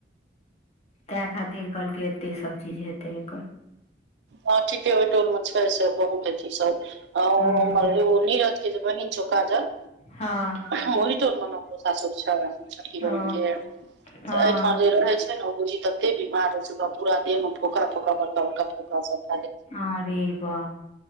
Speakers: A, on the left; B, on the right.
A: तें खातिर कहलकै, एते सभचीज हेतै एकर।
B: हं ठीके ओयटोल में छै, से बहुत अथी सब। हां अ
A: हँ
B: उमहर ओ नीरज के जे बहिन छो काजल।
A: हं।
B: हं ओहिटोल मेने ओकरो सासुर छै, छोटकी बहिन
A: ओ
B: के।
A: हँ
B: एहिठाम जे रहै छै ने बुझी ते एते बीमार रहै छै ओ पूरा देह मे फोका फोका, बड़का बड़का फोका सब
A: आरे बा